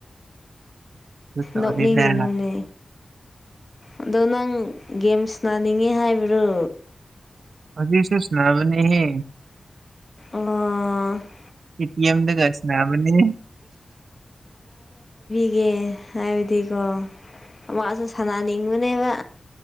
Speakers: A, on the right; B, on the left.
A: ꯇꯧꯗꯦꯗ
B: ꯅꯣꯛꯅꯤꯡꯒꯅꯨꯅꯦ ꯑꯗꯣ ꯅꯪ ꯒꯦꯝꯁ ꯅꯥꯅꯤꯡꯉꯤ ꯍꯥꯏꯕ꯭ꯔꯣ
A: ꯑꯗꯨꯗꯤꯁꯨ ꯁꯅꯥꯕꯅꯤꯍ
B: ꯑꯥ <unintelligible> <inaudible>
A: ꯑꯦ ꯇꯤꯑꯝ ꯀꯁꯅꯅꯤ
B: ꯒꯦ ꯍꯥꯏꯕꯗꯤꯀꯣ ꯃꯥꯁꯨ ꯁꯥꯟꯅꯅꯤꯡꯕꯅꯦꯕ